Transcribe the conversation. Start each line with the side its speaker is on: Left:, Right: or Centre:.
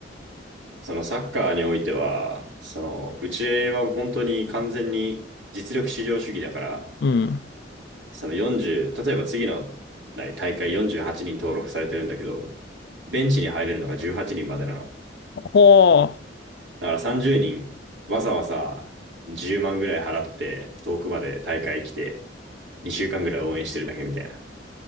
Right: そのサッカーにおいては、その、うちは本当に完全に実力至上主義だから、
Left: うん。
Right: その40、例えば次の何大会48人登録されてるんだけど、ベンチに入れるのが18人までなの。
Left: ほー。
Right: だから30人、わざわざ10万ぐらい払って遠くまで大会来て、2週間ぐらい応援してるだけみたいな。